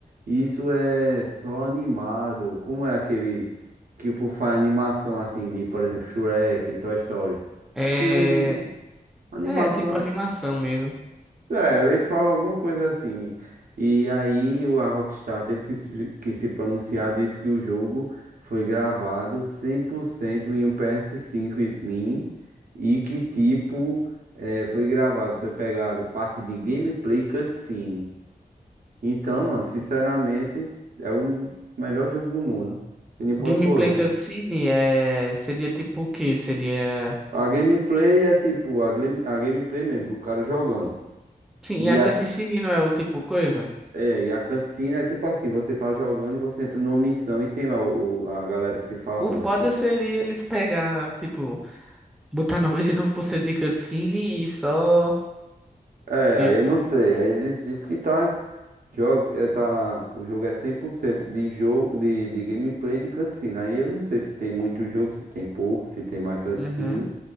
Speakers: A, on the right; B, in the centre.
A: isso é só animado. Como é aquele que o povo faz animação assim de, por exemplo, Shrek, Toy Story.
B: É,
A: Filme de animação.
B: é tipo animação mesmo.
A: É, ele falou alguma coisa assim. E aí o- a Rockstar teve que, se- que se pronunciar, disse que o jogo foi gravado 100% em um PS5 Slim e que tipo eh, foi gravado, foi pegado parte de gameplay cutscene. Então, mano, sinceramente, é o melhor jogo do mundo. Tem nem ponto
B: Gameplay
A: correr.
B: cutscene é, seria tipo o quê? Seria.
A: A gameplay é tipo a, game- a gameplay mesmo, do cara jogando.
B: Sim,
A: E,
B: e a cutscene não é o tipo coisa?
A: É, e a cutscene é tipo assim, você tá jogando e você entra numa missão e tem lá o, a galera se falando.
B: O foda
A: cu-
B: seria eles pegar, tipo, botar 99% de cutscene e só.
A: É,
B: Tipo,
A: aí eu não sei, aí eles dizem que tá, jogo, é, tá, o jogo é 100% de jogo, de, de gameplay de cutscene. Aí eu não sei se tem muito jogo, se tem pouco, se tem mais cutscene.
B: Uhum.